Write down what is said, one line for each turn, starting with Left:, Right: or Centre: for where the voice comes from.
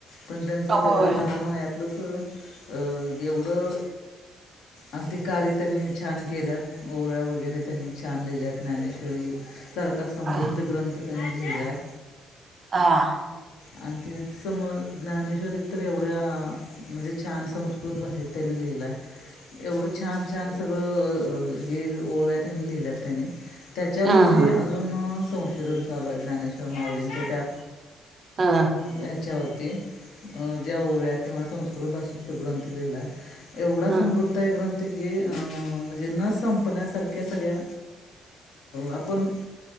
Left: पण त्यांचं
Right: होय
Left: तेवढ्या लहान वयात तलंच एवढं
Right: <unintelligible>
Left: अगदी कार्य त्यांनी छान केल्या ओळ्या वगैरे त्यांनी छान लिहिल्या ज्ञानेश्वरी सारखा समृद्ध
Right: अ
Left: ग्रंथ त्याने लिहिला आहे
Right: हा
Left: आणि ते समर ज्ञानेश्वरत तर एवढ्या म्हणजे छान संस्कृत भाषेत त्याने लिहिलं आहे
Right: <unintelligible>
Left: एवढं छान छान सगळं हे ओव्या त्यांनी लिहिल्यात त्याने त्याच्यावरती
Right: हा हा
Left: अजून संशोधन चा आलं आहे ज्ञानेश्वर माउुलींच्या त्या
Right: हा
Left: ह्याच्यावरती ज्या ओव्या किंवा संस्कृत भाषेचा ग्रंथ लिहिला आहे एवढा
Right: ह
Left: समृद्ध आहे ग्रंथ की म्हणजे न संपण्यासारख्या सगळ्या आपण